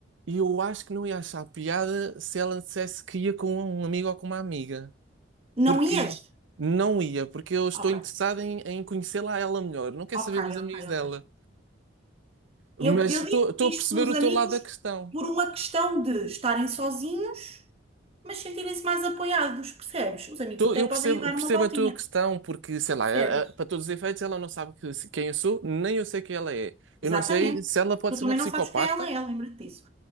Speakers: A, on the right; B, on the right.
A: eu acho que não ia achar piada se ela dissesse que ia com um amigo ou com uma amiga,
B: Não
A: porque
B: ias?
A: não ia, porque eu estou
B: Ok,
A: interessado em, em conhecê-la a ela melhor, não quero
B: ok,
A: saber dos amigos
B: ok,
A: dela,
B: ok.
A: mas
B: Eu, eu
A: estou
B: digo
A: estou
B: isto
A: a perceber
B: dos
A: o
B: amigos
A: teu lado da questão.
B: por uma questão de estarem sozinhos, mas sentirem-se mais apoiados, percebes? Os amigos
A: Tu-
B: até
A: eu
B: podem
A: percebo,
B: ir dar
A: percebo
B: uma voltinha,
A: a tua questão, porque, sei lá,
B: percebes?
A: a- a- para todos os efeitos, ela não sabe que- se- quem eu sou, nem eu sei quem ela é. Eu
B: Exatamente.
A: não sei se ela pode
B: Tu
A: ser
B: também
A: uma psicopata,
B: não sabes quem ela é, lembra-te disso.